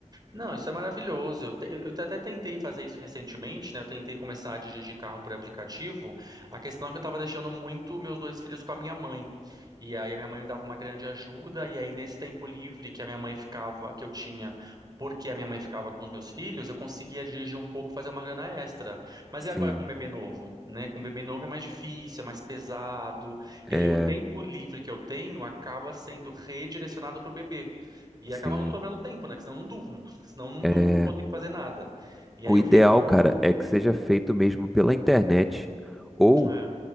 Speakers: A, on the right (about 35°); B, in the centre.
A: Não, isso é maravilhoso. Eu, te- eu te- até tentei fazer isso recentemente, né? Eu tentei começar a dirigir carro por aplicativo. A questão é que eu estava deixando muito meus dois filhos com a minha mãe. E aí a minha mãe me dava uma grande ajuda. E aí nesse tempo livre que a minha mãe ficava, que eu tinha, porque a minha mãe ficava com os meus filhos, eu conseguia dirigir um pouco, fazer uma grana extra. Mas
B: Sim,
A: e agora com o bebê novo, né? Com o bebê novo é mais difícil, é mais pesado. E
B: é,
A: aí o tempo livre que eu tenho acaba sendo redirecionado para o bebê. E
B: sim.
A: acaba não sobrando tempo, né? Que senão eu não durmo. <laughs> Senão eu não
B: é
A: durmo, não consigo fazer nada. E
B: O
A: aí eu
B: ideal,
A: fico.
B: cara, é que seja feito mesmo pela internet ou
A: É,